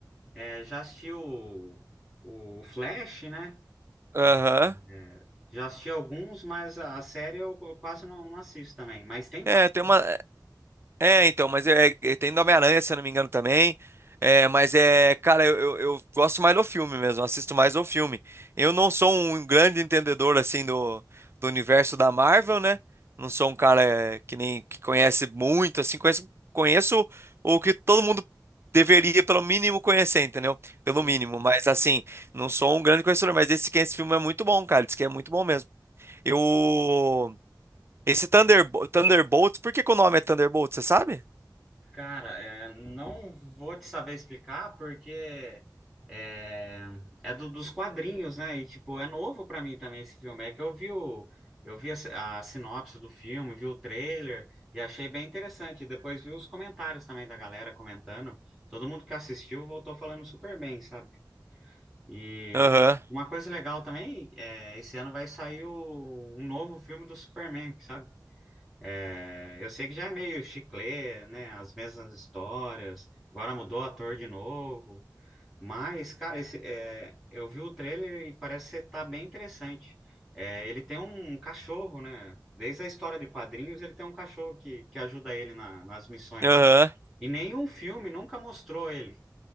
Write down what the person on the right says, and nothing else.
Aham.
É,
tem uma. É, então, mas é, é, tem do Homem-Aranha, se eu não me engano, também. É, mas é, cara, eu, eu, eu gosto mais do filme mesmo, assisto mais do filme. Eu não sou um grande entendedor, assim, do, do universo da Marvel, né? Não sou um cara é, que nem que conhece muito, assim, conheço, conheço o que todo mundo deveria, pelo mínimo, conhecer, entendeu? Pelo
mínimo,
mas assim, não sou um grande conhecedor, mas esse, que é esse filme é muito bom, cara, diz que é muito bom mesmo. Eu... Esse Thunderbo- Thunderbolts, por que que o nome é Thunderbolts, você sabe?
Aham,
aham,